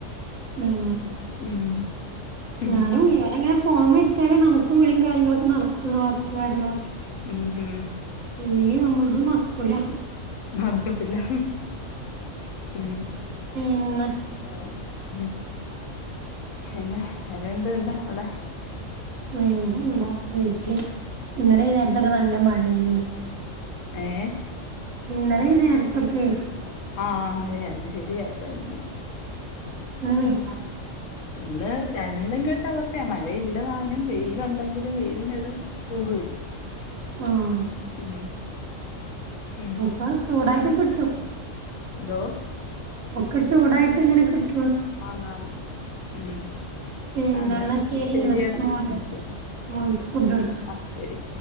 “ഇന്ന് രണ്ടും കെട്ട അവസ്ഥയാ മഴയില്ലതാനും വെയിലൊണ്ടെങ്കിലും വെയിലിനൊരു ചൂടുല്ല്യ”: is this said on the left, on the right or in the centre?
Left